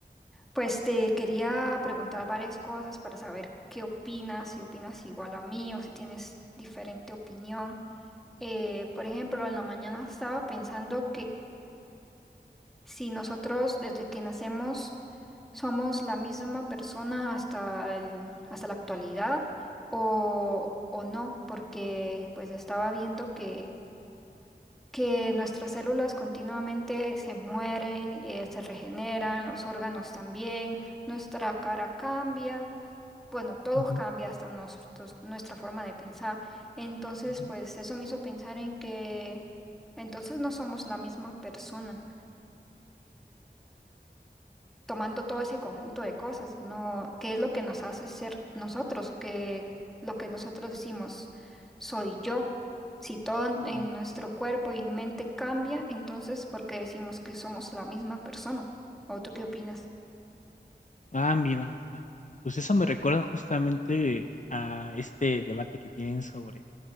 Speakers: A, in the centre; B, on the left.
A: pues te quería preguntar varias cosas para saber qué opinas, si opinas igual a mí o si tienes diferente opinión. Eh, por ejemplo, en la mañana estaba pensando Si nosotros desde que nacemos somos la misma persona hasta el- hasta la actualidad o, o no, porque pues estaba viendo que, que nuestras células continuamente se mueren y eh, se regeneran, los órganos también, nuestra cara cambia, bueno, todo
B: Ujú,
A: cambia hasta nosotros, nuestra forma de pensar. Entonces,
B: ujú,
A: pues eso me hizo pensar en que entonces no somos la misma persona tomando todo ese conjunto de cosas, ¿no? ¿Qué es lo que nos hace ser nosotros? ¿Qué lo que nosotros decimos soy yo? Si todo en
B: ujú.
A: en nuestro cuerpo y mente cambia, entonces ¿por qué decimos que somos la misma persona? ¿O tú qué opinas?
B: Ah, mira, pues eso me recuerda justamente a este debate que tienen sobre,